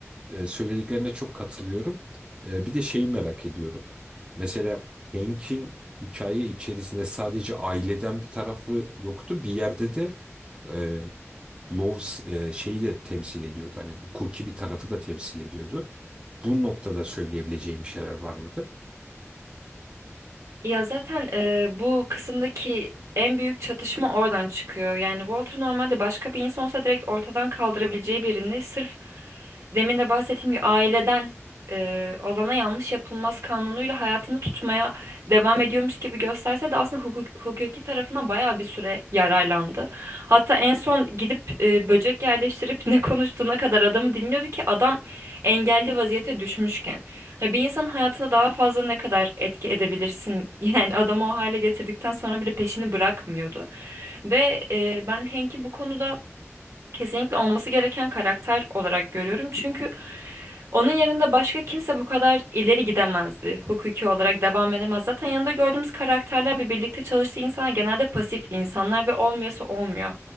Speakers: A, on the right; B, on the right.
A: E, söylediklerine çok katılıyorum. E, bir de şeyi merak ediyorum. Mesela Hank'in hikaye içerisinde sadece aileden bir tarafı yoktu. Bir yerde de e, Loves e, şeyi de temsil ediyordu. Hani hukuki bir tarafı da temsil ediyordu. Bu noktada söyleyebileceğim bir şeyler var mıdır?
B: Ya zaten e, bu kısımdaki en büyük çatışma oradan çıkıyor. Yani Walter normalde başka bir insan olsa direkt ortadan kaldırabileceği birini sırf demin de bahsettiğim gibi aileden e, olana yanlış yapılmaz kanunuyla hayatını tutmaya devam ediyormuş gibi gösterse de aslında hukuk, hukuki tarafına bayağı bir süre yararlandı. Hatta en son gidip e, böcek yerleştirip <laughs> ne konuştuğuna kadar adamı dinliyordu ki adam engelli vaziyete düşmüşken. Ha, bir insanın hayatına daha fazla ne kadar etki edebilirsin? <laughs> Yani adamı o hale getirdikten sonra bile peşini bırakmıyordu. Ve e, ben Henk'i bu konuda kesinlikle olması gereken karakter olarak görüyorum. Çünkü onun yanında başka kimse bu kadar ileri gidemezdi. Hukuki olarak devam edemez. Zaten yanında gördüğümüz karakterler ve birlikte çalıştığı insanlar genelde pasif insanlar ve olmuyorsa olmuyor.